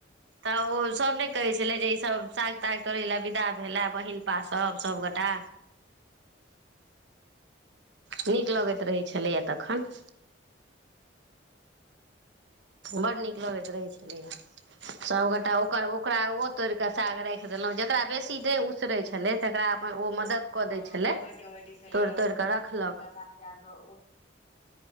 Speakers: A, on the right; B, on the left.
A: तऽ ओ। सभ ने कहै छलै जे ई सब साग ताग तोड़ै विदा भेलै बहिन पास सभ सभगोटा। नीक लगैत रहै छलैए तखन। <inaudible> बड नीक लगैत रहै छलैए। सभगोटा ओकर ओकरा ओ तोड़ि कऽ साग राखि देलहुँ जकरा बेसी देह उसरै छलय तकरा अपन ओ मदत कऽ
B: हँ
A: दै छलै
B: कबड्डी कबड्डी खेलेलहुँ
A: तोड़ तोड़ कऽ रखलक।
B: तकर बाद जााकऽ